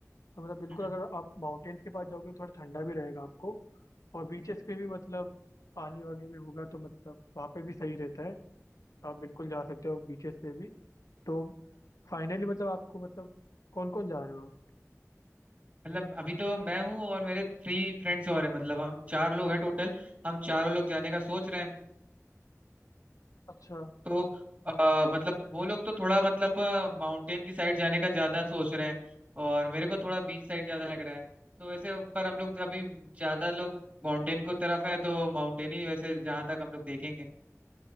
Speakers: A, on the left; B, on the right.
A: तो मतलब बिल्कुल
B: हम्म
A: अगर आप माउंटेन्स के पास जाओगे तो थोड़ा ठंडा भी रहेगा आपको और बीचेस पे भी मतलब पानी वगैरह भी होगा तो मतलब वहाँ पे भी सही रहता है तो आप बिल्कुल जा सकते हो बीचेस पे भी तो फाइनली मतलब आपको मतलब कौन कौन जा रहे हो आप
B: मतलब अभी तो मैं हूँ और मेरे थ्री फ्रेंड्स और हैं मतलब हम चार लोग हैं टोटल हम चारों लोग जाने का सोच रहे हैं
A: अच्छा
B: तो अ, मतलब वो लोग तो थोड़ा मतलब माउंटेन की साइड जाने का ज्यादा सोच रहे हैं और मेरे को थोड़ा बीच साइड ज्यादा लग रहा है तो वैसे पर हम लोग अभी ज्यादा लोग माउंटेन को तरफ है तो माउंटेन ही वैसे जहां तक हम लोग देखेंगे